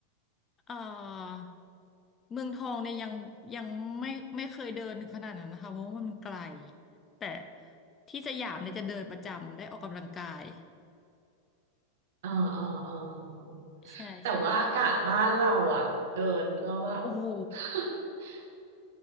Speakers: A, on the left; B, on the right.
A: เอ่อเมืองทองเนี่ยยังยังไม่ไม่เคยเดินถึงขนาดนั้นนะคะเพราะว่ามันไกล แต่ที่สยามเนี่ยจะเดินประจำได้ออกกำลังกาย
B: อ๋ออ๋ออ๋ออ๋อ
A: ใช่ใช่
B: แต่ว่าอากาศบ้านเราอ่ะเดินก็แบบ
A: โอ้โห
B: <laughs>